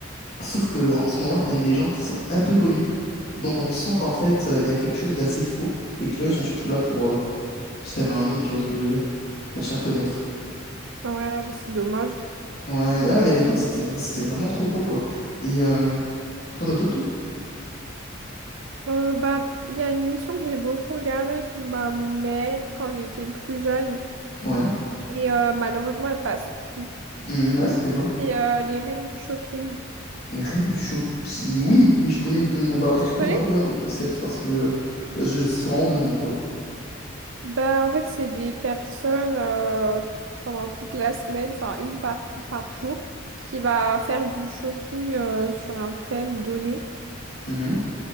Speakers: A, on the left; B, on the right.
A: sauf que en ce moment, ils prennent des gens qui sont un peu connus. Donc on sent qu'en fait, euh, il y a quelque chose d'assez faux et que les gens, ils sont surtout là pour, euh, pour se faire un nom, tu vois ce que je veux dire? Pour se faire connaître.
B: Ah Ouais, bah c'est dommage.
A: Ouais, mais, ouais, mais à l'époque, c'était, c'était vraiment trop drôle, quoi. Et euh, t'en as d'autres, toi?
B: Euh, bah, il y a une émission que j'ai beaucoup regardée avec ma mère quand j'étais plus jeune.
A: Ouais.
B: Et euh, malheureusement, elles passent plus.
A: Hmm, ouais, c'était quoi?
B: Et euh, les reines du shopping.
A: Les Reines du Shopping. Oui, oui, je connais deux noms. Bah, alors, est-ce que
B: Tu
A: tu
B: connais?
A: peux me rappeler quand même le concept? Parce que ça, je- c'est vraiment deux noms, quoi.
B: Bah, en fait, c'est des personnes euh, pendant toute la semaine, enfin une par, par jour, qui va faire du shopping euh, sur un thème donné.
A: Mhm.